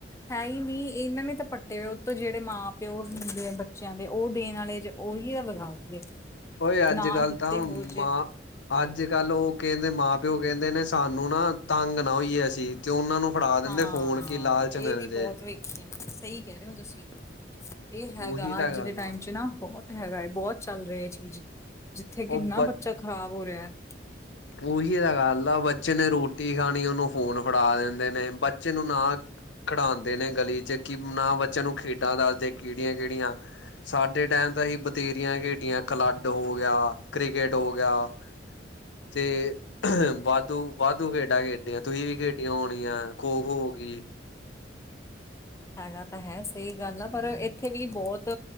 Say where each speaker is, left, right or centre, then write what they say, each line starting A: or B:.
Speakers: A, on the left (about 15°); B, on the left (about 80°).
A: ਹੈ ਹੀ ਨਹੀਂ ਇਹਨਾਂ ਨੇ ਤਾਂ ਪੱਟੇ ਹੋਏ ਉਹ ਤੋਂ ਜਿਹੜੇ ਮਾਂ-ਪਿਓ ਹੁੰਦੇ ਬੱਚਿਆਂ ਦੇ ਉਹ ਦੇਣ ਵਾਲੇ। ਓਏ ਵਿਗਾੜਦੇ।
B: ਓਏ ਅੱਜ-ਕੱਲ
A: ਨਾ ਦਿੱਤੇ
B: ਤਾਂ
A: ਹੋ ਜੇ
B: ਮਾਂ ਅੱਜ ਕੱਲ ਉਹ ਕਹਿੰਦੇ ਮਾਂ ਪਿਓ ਕਹਿੰਦੇ ਨੇ ਸਾਨੂੰ ਨਾ ਤੰਗ ਨਾ ਹੋਈਏ ਅਸੀਂ ਤੇ ਉਹਨਾਂ ਨੂੰ। ਫੜਾ ਦਿੰਦੇ
A: ਹਾਂ
B: ਫੋਨ ਕਿ ਲਾਲਚ
A: ਇਹ
B: ਮਿਲ
A: ਵੀ
B: ਜੇ
A: ਬਹੁਤ ਵੇਖੀ ਆ ਮੈਂ ਸਹੀ ਕਹਿ ਰਹੇ ਹੋ ਤੁਸੀਂ। ਇਹ ਹੈਗਾ
B: ਉਹੀ ਤਾਂ
A: ਅੱਜ
B: ਗੱਲ
A: ਦੇ
B: ਆ
A: ਟਾਈਮ ਚ ਨਾ। ਬਹੁਤ ਹੈਗਾ ਏ, ਬਹੁਤ ਚੱਲ ਰਿਹਾ ਹੈ ਚੀਜ਼, ਜਿੱਥੇ ਕਿੰਨਾ
B: ਉਹ ਬ
A: ਬੱਚਾ ਖ਼ਰਾਬ ਹੋ ਰਿਹਾ ਹੈ।
B: ਉਹੀ ਤਾਂ ਗੱਲ ਆ, ਬੱਚੇ ਨੇ ਰੋਟੀ ਖਾਣੀ, ਉਹਨੂੰ ਫੋਨ ਫੜਾ ਦਿੰਦੇ ਨੇ ਬੱਚੇ ਨੂੰ ਨਾ ਖਿਡਾਉਂਦੇ ਨੇ ਗਲੀ 'ਚ ਕਿ ਨਾ ਬੱਚਿਆਂ ਨੂੰ ਖੇਡਾਂ ਦੱਸਦੇ ਕਿਹੜੀਆਂ-ਕਿਹੜੀਆਂ। ਸਾਡੇ ਟਾਈਮ ਤਾ ਅਸੀਂ ਬਥੇਰੀਆਂ ਖੇਡੀਆਂ, ਕਲੱਡ ਹੋ ਗਿਆ, ਕ੍ਰਿਕੇਟ ਹੋ ਗਿਆ। ਤੇ ਅ ਵਾਧੋਂ। ਵਾਧੂ ਖੇਡਾਂ ਖੇਡੀਆ ਤੁਸੀਂ ਵੀ ਖੇਡੀਆਂ ਹੋਣੀਆਂ ਖੋ- ਖੋ ਹੋ ਗਈ।
A: ਹੈਗਾ ਤਾਂ ਹੈ ਸਹੀ ਗੱਲ ਆ ਪਰ ਇੱਥੇ ਵੀ ਬਹੁਤ